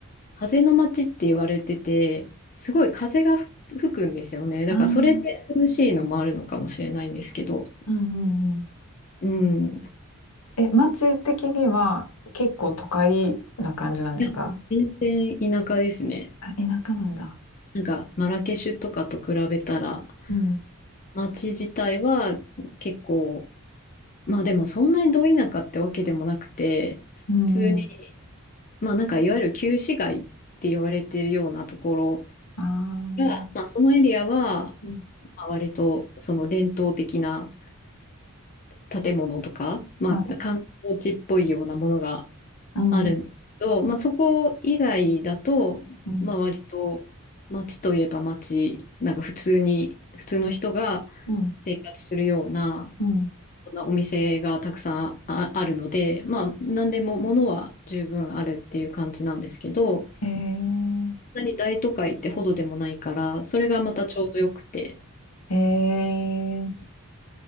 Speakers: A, on the left; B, on the left.
A: 風の街って言われてて、すごい風がふ吹くんですよね。だからそれで涼しいのもあるのかもしれないんですけど、
B: ああー、うんうんうん。
A: うん。
B: え、町的には結構都会な感じなんですか
A: いや全然田舎ですね。
B: あ、田舎なんだ。
A: なんかマラケシュとかと比べたら、
B: うん。
A: 街自体は結構、まあでもそんなにど田舎ってわけでもなくて、
B: うんうん。
A: 普通に、まあなんかいわゆる旧市街って言われてるようなところ
B: あ
A: が、まあそのエリアは、
B: あ。
A: まあ割とその伝統的な建物とか、まあ、
B: はい。
A: 観光地っぽいようなものが
B: うんうん
A: あるんですけど、まあ、そこ以外だと、
B: うん
A: まあ、割と街といえば街、なんか普通に、普通の人が
B: うん
A: 生活するような、
B: うん。
A: そんなお店がたくさんあ、あるので、まあ、何でも物は十分あるっていう感じなんですけど、
B: へえ。
A: そんなに大都会ってほどでもないから、それがまたちょうどよくて、
B: へえ。